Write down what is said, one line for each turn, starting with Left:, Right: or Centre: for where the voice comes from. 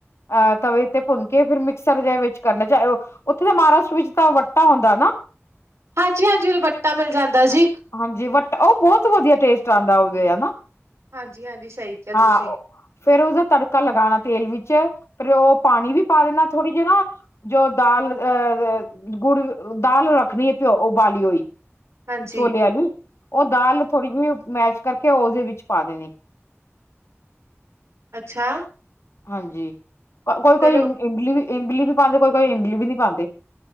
Left: ਅ ਤਵੇ ਤੇੇ ਭੁੰਨਕੇ ਫਿਰ ਮਿਕਸਰ ਜੇ ਵਿੱਚ ਕਰਨਾ ਚਾਹੇ। ਓਥੇ ਤੇ ਮਹਾਰਾਸ਼ਟਰ ਵਿੱਚ ਤਾਂ ਵੱਟਾ ਹੁੰਦਾ ਨਾ।
Right: ਹਾਂਜੀ ਹਾਂਜੀ ਓਦੇ ਵੱਟਾ ਮਿਲ ਜਾਂਦਾ ਜੀ।
Left: ਹਾਂਜੀ ਵਟ ਓ ਬੋਹਤ ਵਧੀਆ ਟੇਸਟ ਆਂਦਾ ਓਦੇ ਹਨਾ।
Right: ਹਾਂਜੀ ਹਾਂਜੀ ਸਹੀ ਕਿਹਾ ਤੁਸੀ।
Left: ਹਾਂ ਫੇਰ ਉਸਦਾ ਤੜਕਾ ਲਗਾਣਾ ਤੇਲ ਵਿੱਚ। ਫਿਰ ਓ ਪਾਣੀ ਵੀ ਪਾ ਦੇਣਾ ਥੋੜ੍ਹੀ ਜਿ ਨਾ। ਜੋ ਦਾਲ ਅ ਗੁੜ ਦਾਲ ਰੱਖਣੀ ਏ ਪਿਓ ਓ ਬਾਲੀ ਹੋਈ।
Right: ਹਾਂਜੀ-ਹਾਂਜੀ
Left: ਛੋਲੇਆ ਦੀ। ਓ ਦਾਲ ਥੋੜੀ ਜਿਹੀ ਮੈਸ਼ ਕਰਕੇ ਓਦੇ ਵਿੱਚ ਪਾ ਦੇਣੀ।
Right: ਅੱਛਾ।
Left: ਹਾਂਜੀ। ਕੋਈ
Right: ਚਲੋ
Left: ਕੋਈ ਇਮਲੀ ਵੀ ਇਮਲੀ ਵੀ ਪਾਂਦੇ ਕੋਈ ਕੋਈ ਇਮਲੀ ਵੀ ਨੀ ਪਾਂਦੇ।